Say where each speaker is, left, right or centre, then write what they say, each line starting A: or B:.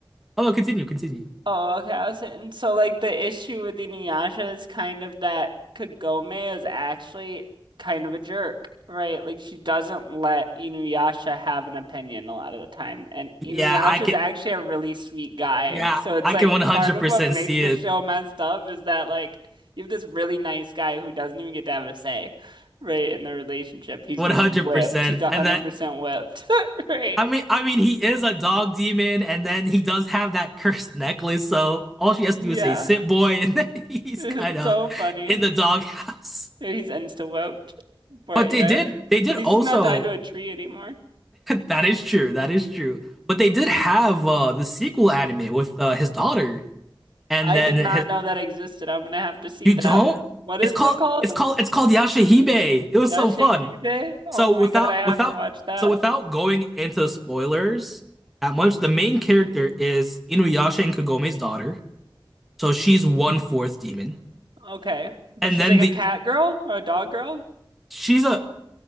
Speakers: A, in the centre; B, on the right.
A: Oh, continue, continue.
B: Oh, okay. I was saying, so like the issue with Inuyasha is kind of that Kagome is actually kind of a jerk, right? Like she doesn't let Inuyasha have an opinion a lot of the time, and
A: Yeah,
B: Inuyasha
A: I can.
B: is actually a really sweet guy.
A: Yeah,
B: So it's
A: I
B: like
A: can 100%
B: part of what makes
A: see
B: the
A: it.
B: show messed up is that like you have this really nice guy who doesn't even get to have a say, right, in the relationship. He's
A: 100%.
B: just whipped. He's 100%
A: And that
B: whipped, <laughs> right?
A: I mean, I mean, he is a dog demon, and then he does have that cursed necklace. So all she has
B: Yeah.
A: to do is say "sit
B: <laughs>
A: boy," and then <laughs> he's
B: It's
A: kind of
B: so funny.
A: in the doghouse.
B: He's insta whooped. But
A: But
B: yeah.
A: they did, they did
B: At least
A: also.
B: he's not tied to a
A: <laughs>
B: tree anymore.
A: That is true. That is true. But they did have uh, the sequel anime with uh, his daughter, and
B: I
A: then
B: did
A: his,
B: not know that existed. I'm gonna have to see
A: you
B: that.
A: don't.
B: What is
A: It's called.
B: it called?
A: It's called. It's called Yashahime. It was
B: Yashahime?
A: so fun.
B: Oh
A: So
B: my
A: without
B: God, I have
A: without
B: to watch that.
A: so without going into spoilers that much, the main character is Inuyasha and Kagome's daughter. So she's one fourth demon,
B: Okay. But
A: and
B: she's
A: then
B: like a
A: the
B: cat girl or a dog girl?
A: she's a